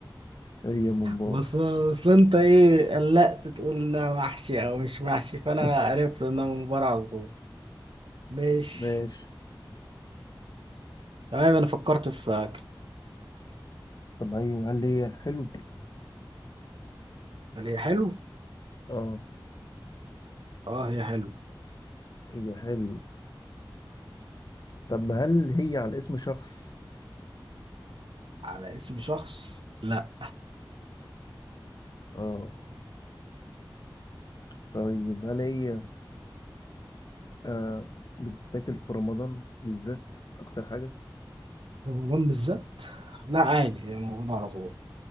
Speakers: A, on the left; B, on the right.
A: هي ممبار
B: بس اصل انت ايه قلقت تقول ده محشي او مش محشي فانا
A: <laughs>
B: عرفت انها من بره على طول ماشي
A: ماشي
B: تمام انا فكرت في اكل
A: طب هي هل هي حلو؟
B: هل هي حلو
A: اه
B: اه هي حلو
A: هي حلو طب هل هي على اسم شخص؟
B: على اسم شخص لا
A: اه طيب هل هي آه بتتاكل في رمضان بالذات أكتر حاجة؟
B: رمضان بالذات لا عادي هي موجوده على طول